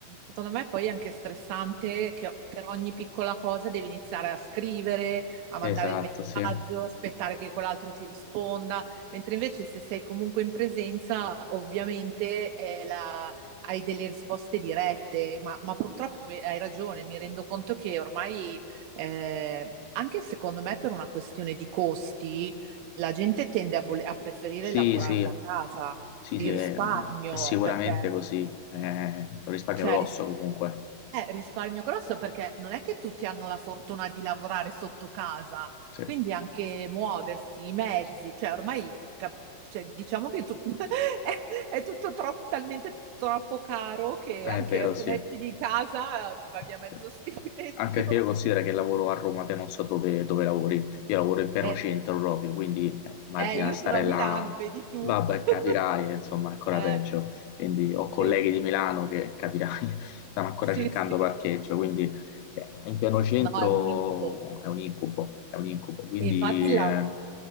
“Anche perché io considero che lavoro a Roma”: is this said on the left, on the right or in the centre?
Left